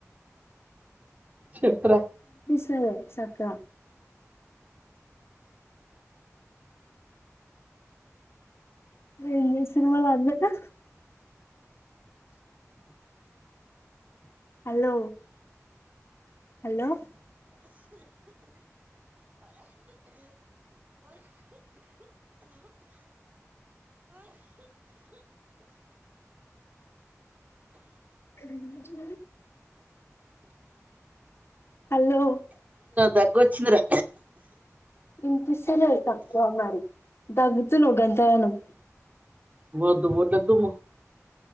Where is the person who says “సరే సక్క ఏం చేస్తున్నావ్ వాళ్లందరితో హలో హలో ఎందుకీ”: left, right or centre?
Left